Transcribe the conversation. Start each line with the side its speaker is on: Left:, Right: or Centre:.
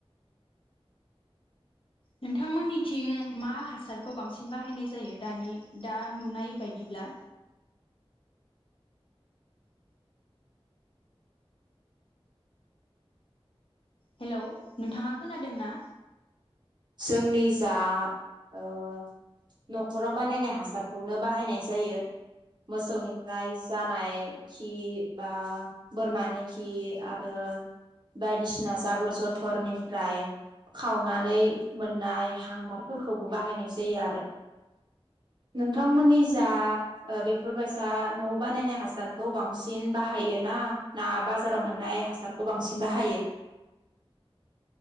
Left: नोंथांमोननिथिं मा हासारखौ बांसिन बाहायनाय जायो दानि दा नुनाय बायदिब्ला हेलौ नोंथाङा खोनादों ना
Right: जोंनि जा ओ नखराव बानायनाय हासारखौनो बाहायनाय जायो मोसौनिफ्राय जानाय खि बा बोरमानि खि आरो बायदिसिना जाबोर जथरनिफ्राय खावनानै मोननाय हांगारफोरखौबो बाहायनाय जायो आरो नोंथांमोननि जा ओ बेफोरबायायसा न बानायनाय हासारखौ बांसिन बाहायो ना ना बाजाराव मोननाय हासारखौ बांसिन बाहायो